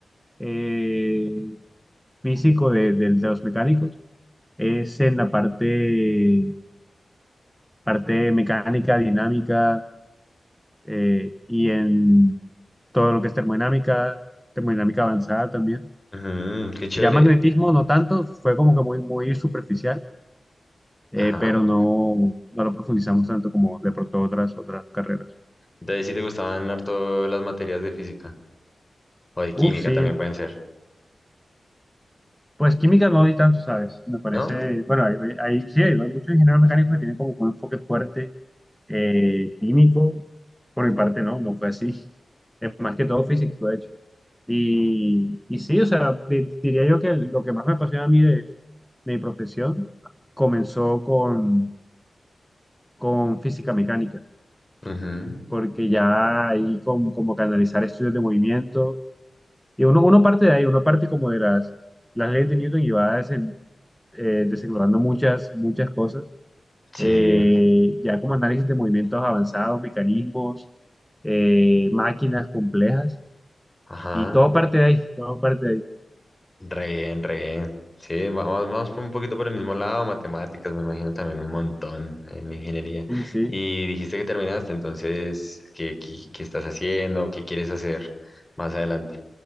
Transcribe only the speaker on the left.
Ujú, qué chévere.
Ajá.
Entonces sí te gustaban harto las materias de física o de química
también pueden ser,
¿no?
Ujú,
Sí.
Ajá.
Re bien, re bien. Sí, va- vamos, vamos por un poquito por el mismo lado, matemáticas, me imagino también un montón en ingeniería.
Y dijiste que terminaste, entonces, ¿qué, qué, qué estás haciendo? ¿Qué quieres hacer más adelante